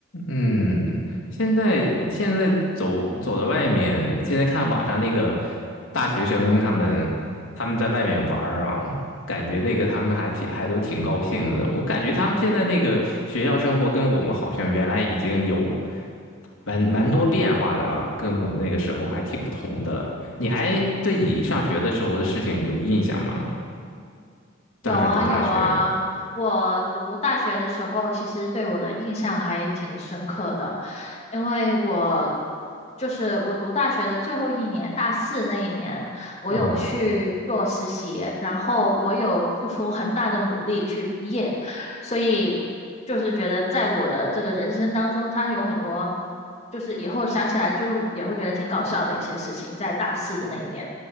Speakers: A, on the left (about 75°); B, on the left (about 30°).
A: 嗯，现在现在走走到外面，现在看网上那个大学生他们他们在外面玩儿啊，感觉那个他们还挺还都挺高兴的。我感觉他们现在那个学校生活跟我们好像原来已经有蛮蛮多变化的了，跟我们那个时候还挺不同的了。你还对你上学的时候的事情有印象吗？当时读大学，
B: 有啊有啊，我读大学的时候，其实对我的印象还挺深刻的，因为我就是我读大学的最后一年，大四那一年，我有去做实习，
A: 嗯
B: 然后我有付出很大的努力去毕业，所以就是觉得在我的这个人生当中，它有很多就是以后想起来就也会觉得挺搞笑的一些事情，在大四的那一年，